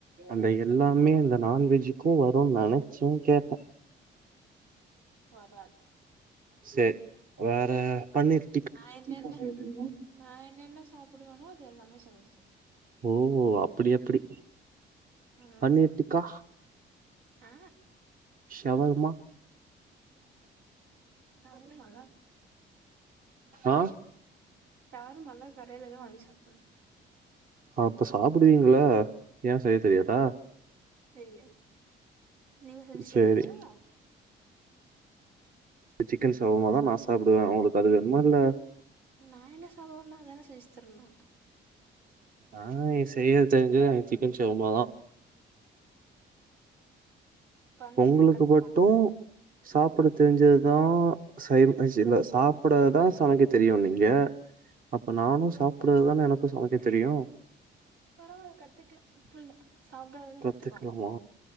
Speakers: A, on the right; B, on the right.
A: அந்த எல்லாமே அந்த நான்வெஜுக்கு வருன் நெனச்சே கேட்டே
B: வராது
A: சர் வேற பண்ணிர்
B: நா என்னென்ன நா என்னென்ன சாப்பிடுவோனோ அது எல்லாமே சமைக்க தெ
A: ஓ அப்படி அப்படி
B: ம்
A: பண்ணிட்டுக்கா
B: ஆ
A: ஷவர்மா
B: <unintelligible>
A: ஆ
B: சவர்மல்லா கடையில தா வாங்கிசாப்னு
A: அப்ப சாப்பிடுவீங்கள ஏ செய்ய தெரியாதா
B: தெரியாது நீங்க செஞ்சித்தரிங்களா
A: சேரி சிக்கன் சவர்மாதா நா சாப்புடுவே அவங்களுக்கு அது வேணுமா இல்ல
B: நா என்ன சவர்மா தான செஞ்சுத்தரணு
A: ஆ செய்ய தெரிஞ்சது அங்க சிக்கன் செவமாதா
B: பன்னீர்ல
A: ஒங்களுக்கு
B: கத்துக்கோங்க
A: மட்டு சாப்பட தெரிஞ்சதுதா சை இல்ல சாப்பிடதா சமைக்க தெரியுநீங்க அப்ப நானு சாப்பறதுதான எனக்கு சமைக்க தெரியு
B: பரவால்ல கத்துக்கலா தப்புல்ல சாப்டாதது
A: கத்துக்கலாமா
B: கத்துக்கோ